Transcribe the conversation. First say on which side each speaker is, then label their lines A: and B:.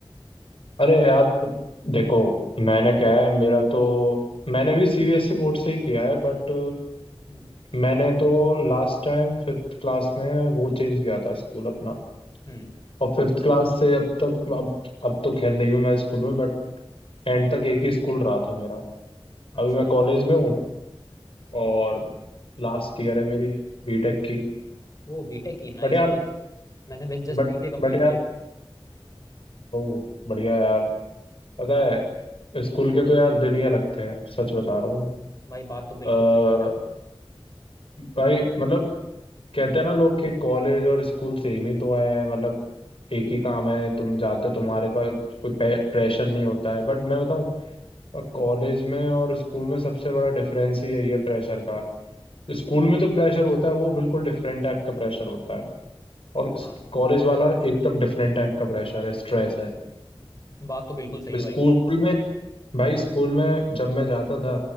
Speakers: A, on the left; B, on the left.
A: अरे यार देखो मैंने क्या है मेरा तो मैंने भी सीबीएसई बोर्ड से ही किया है बट
B: हम्म
A: मैंने तो लास्ट टाइम फिफ्थ क्लास में वो चेंज किया था स्कूल अपना
B: हम्म,
A: और फिफ्थ क्लास से अब तक अब अब तो खैर नहीं हूँ मैं स्कूल में बट एंड तक एक ही स्कूल रहा था मेरा
B: अच्छा
A: अभी मैं कॉलेज में हूँ और
B: ओके
A: लास्ट ईयर है मेरी बीटेक की
B: वो बीटेक की नाइस
A: बट यार
B: मैंने बस जस्ट
A: बट
B: बीसीए कंप्लीट
A: बट
B: किया
A: यार
B: है
A: ओह बढ़िया
B: हाँ
A: यार पता है स्कूल के तो यार दिन ही अलग थे सच बता रहा हूँ
B: भाई बात तो बिल्कुल
A: अ,
B: सही है यार
A: भाई मतलब कहते हैं ना लोग कि कॉलेज और स्कूल सेम ही तो है मतलब एक ही काम है तुम जाते हो, तुम्हारे पास कोई प्रेशर नहीं होता है बट मैं बताऊँ कॉलेज में और स्कूल में सबसे बड़ा डिफरेंस ही यही है प्रेशर का स्कूल में जो प्रेशर होता है वो बिल्कुल डिफरेंट टाइप का प्रेशर होता है और
B: हाँ
A: कॉलेज वाला एकदम डिफरेंट टाइप का प्रेशर है स्ट्रेस है
B: बात तो बिल्कुल सही है
A: स्कूल
B: भाई
A: में भाई स्कूल में जब मैं जाता था